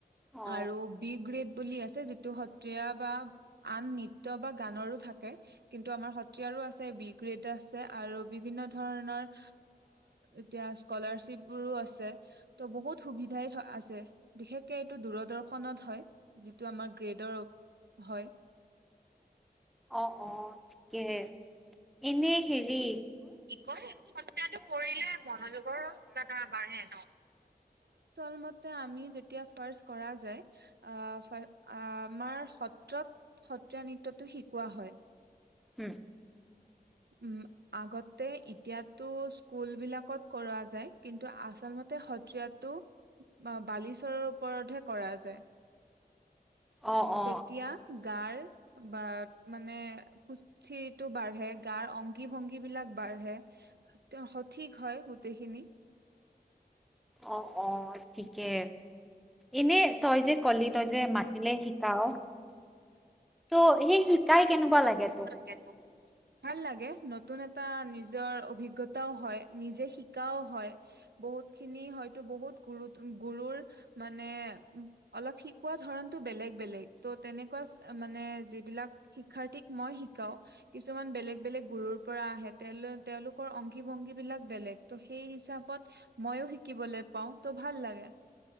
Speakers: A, in the centre; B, on the right.
A: অ
B: আৰু বিগ্ৰেড বুলি আছে যিটো টো সত্ৰীয়া বা আন নৃত্য বা গানৰো থাকে কিন্তু আমাৰ সত্ৰীয়াৰো আছে বিগু গ্ৰেড আছে আৰু বিভিন্ন ধৰণৰ এতিয়া স্কলাৰশিপবোৰো আছে ত' বহুত সুবিধাই আছে বিশেষকে এইটো দূৰদৰ্শনত হয় যিটো আমাৰ গ্ৰেডৰ হয়
A: অ' অ' ঠিকে এনে হেৰি
B: কয় সতাটো কৰিলে মনোযোগৰো কিবা এটা আ বাঢ়ে ন আমি যেতিয়া ফ কৰা আমাৰ সত্ৰত সত্ৰীয়া নৃত্যটো শিকোৱা হয়
A: উম।
B: উম আগতে এতিয়াতো স্কুল বিলাকত কৰা যায় কিন্তু আচলমতে সত্ৰীয়াটো বালিচৰৰ ওপৰতহে কৰা যায়
A: অ অ
B: তেতিয়া গাৰ বা মানে সুস্থিৰটো বাঢ়ে গাৰ অংগী ভংগী বিলাক বা বাঢ়ে। তেওঁ সঠিক হয় গোটেইখিনি
A: অ অ ঠিকে এনে তই যে কলি তই যে মাতিলে শিকাও ত সেই শিকাই কেনেকুৱা লাগে?
B: <inaudible>
A: তোক
B: ভাল লাগে নতুন এটা নিজৰ অভিজ্ঞতাও হয় নিজে শিকাও হয় বুত খিন হয় বহু গুৰুৰ মানে অলপ শিকোৱা ধৰণ বেলেগ বেলেগ ত' তেনেকুৱা মানে যিবিলাক শিক্ষাৰ্থীক মই শিকাও কিছুমান বেলেগ বেলেগ গুৰুৰ পৰা আহে তে তেওঁলোকৰ অংশী ভংগী বিলাক বেলেগ ত সেই হিচাপত মইও শিকিবলৈ পাও ত' ভাল লাগে।